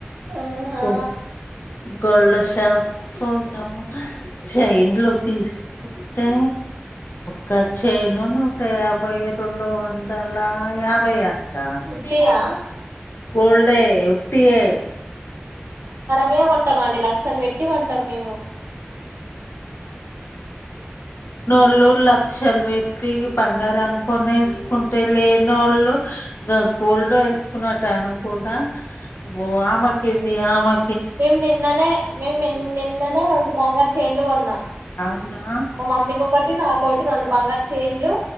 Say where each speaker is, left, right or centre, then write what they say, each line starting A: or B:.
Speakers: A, on the right (about 75°); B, on the left (about 60°).
A: ఆహా
B: ఓ గోల్డ్ షాప్ పోతాము చైన్లు తీసుకుంటే గ చైను నూట యాభై రెండు వందల యాభై అంటాండు
A: ఉట్టియా
B: గోల్డే ఉట్టియే
A: మే కొంటాం అండి లక్షలు పెట్టి కొంటాం మేము
B: ఉన్నోళ్లు లక్షలు పెట్టి బంగారం కొనెస్కుంటే లెన్నోళ్లు గ గోల్డ్ వేస్ కున్నట్టు అనుకుడా ఓ ఆమెకేంది ఆమె
A: మేమ్ నిన్ననే మేమ్ మేమ్ నిన్ననే రెండు బంగారు చేైన్లు కొన్నా.
B: అవునా
A: మా మమ్మీకి ఒకటి, నాకొటి రెండు బంగారు చేన్లు.